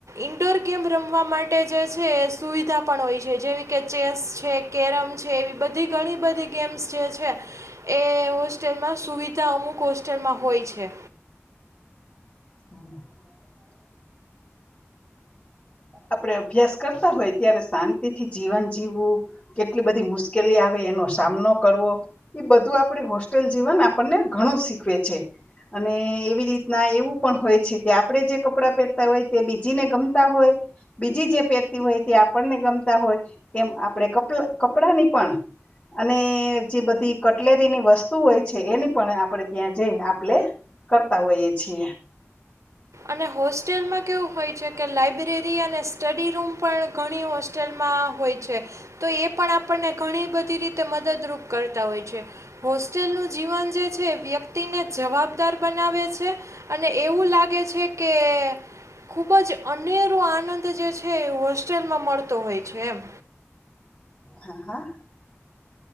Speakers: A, on the right (about 85°); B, on the left (about 30°).
A: ઇન્ડોર ગેમ રમવા માટે જે છે સુવિધા પણ હોય છે જેવી કે ચેસ છે કેરમ છે એવી બધી ઘણી બધી ગેમ્સ જે છે, એ હોસ્ટેલમાં સુવિધા. અમુક હોસ્ટરમાં હોય છે.
B: <unintelligible> આપણે અભ્યાસ કરતા હોય ત્યારે શાંતિ થી જીવન જીવવું કેટલી બધી મુશ્કેલી આવે એનો સામનો કરવો એ બધું આપણે હોસ્ટેલ જીવન આપણને ઘણું શીખવે છે અને એવી રીતના એવું પણ હોય છે કે આપણે જે કપડાં પહેરતા હોય તે બીજીને ગમતા હોય બીજી જે પહેરતા હોય, તે આપણને ગમતા હોય એમ આપણેપ કપડાની પણ, અને જે બધી કટલેરીની વસ્તુ હોય છે એની પણ, આપણે ત્યાં જઈને આપણે કરતા હોઈએ છીએ.
A: અને હોસ્ટેલમાં કેવું હોય છે કે લાઇબ્રેરી અને સ્ટડી રૂમ પણ ઘણી હોસ્ટેલમાં હોય છે, તો એ પણ આપણને ઘણી બધી રીતે મદદરૂપ કરતા હોય છે. હોસ્ટેલનું જીવન જે છે, એ વ્યક્તિને જવાબદાર બનાવે છે અને એવું લાગે છે. છે કે ખૂબ જ અનેરો આનંદ જે છે, એ હોસ્ટેલમાં મળતો હોય છે એમ.
B: હા હા.